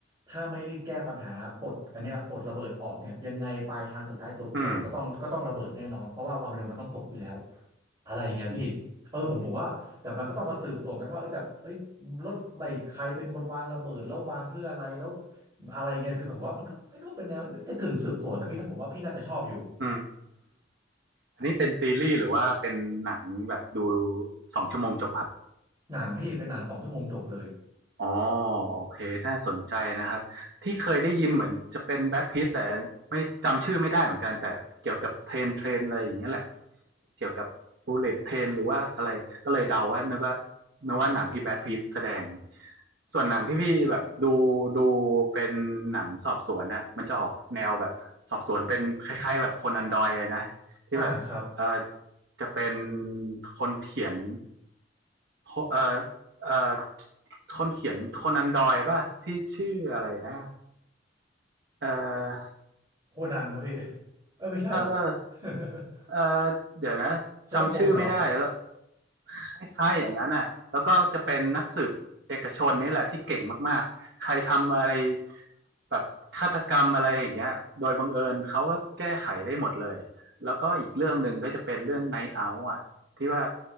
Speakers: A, on the right; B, on the right.
A: ถ้าไม่รีบแก้ปัญหาปลดอันเนี้ยปลดระเบิดออกเนี่ยยังไงปลายทางสุดท้ายโตเกียวก็ต้องก็ต้องระเบิดแน่นอนเพราะว่าความเร็วมันต้องตกอยู่แล้ว
B: อืม
A: อะไรอย่างเงี้ยพี่เออผมผมว่าแต่มันก็ต้องมาสืบสวนกันว่าเอ้ยแบบเอ้ย
B: อืม
A: รถอะไรใครเป็นคนวางระเบิดแล้ววางเพื่ออะไรแล้วอะไรเงี้ยคือแบบผมว่ามันก็ไม่รู้เป็นแนวน่าจะกึ่งสืบสวนนะพี่นะผมว่าพี่น่าจะชอบอยู่
B: อืมอันนี้เป็นซีรีส์หรือว่าเป็นหนังแบบดูสองชั่วโมงจบครับ
A: หนังพี่เป็นหนังสองชั่วโมงจบเลย
B: อ๋อโอเคน่าสนใจนะครับที่เคยได้ยินเหมือนจะเป็นแบทพิทแต่ไม่จำชื่อไม่ได้เหมือนกันแต่เกี่ยวกับเทรนเทรนอะไรอย่างเงี้ยแหละเกี่ยวกับบูเลตเทรนหรือว่าอะไรก็เลยเดาว่านึกว่านึกว่าหนังที่แบทพิทแสดงส่วนหนังที่พี่แบบดูดูเป็นหนังสอบสวนน่ะมันจะออกแนวแบบสอบสวนเป็นคล้ายๆแบบโคนันดอยเลยนะที่แบบเออ
A: อ่าครับ
B: จะเป็นคนเขียน คเอ่อเอ่อคนเขียนโคนันดอยป่ะที่ชื่ออะไรนะเอ่
A: โคนันนะพี่เออไม่ใช่
B: เออเออ
A: <laughs>
B: เออเดี๋ยวนะจำชื่อไม่ได้แล้ว
A: เชอร์ล็อกโฮมเหรอ
B: คล้ายๆอย่างนั้นอ่ะแล้วก็จะเป็นนักสืบเอกชนนี่แหละที่เก่งมากๆใครทำอะไรแบบฆาตกรรมอะไรอย่างเงี้ยโดยบังเอิญเขาก็แก้ไขได้หมดเลยแล้วก็อีกเรื่องหนึ่งก็จะเป็นเรื่องไนท์เอาท์อ่ะที่ว่า